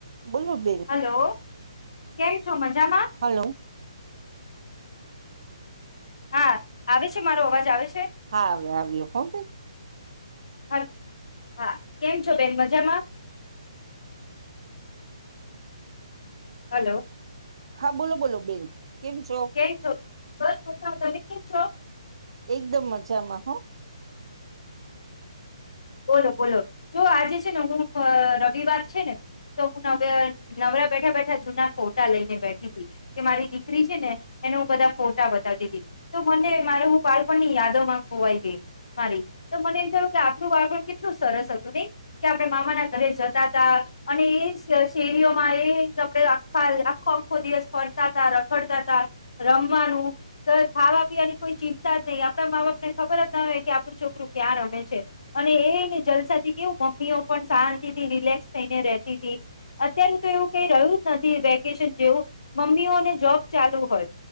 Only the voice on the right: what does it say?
<inaudible> બેન
હાલો
હા <unintelligible> હા બેન
હા બોલો બોલો બેન કેમ છો
એકદમ મજામાં હ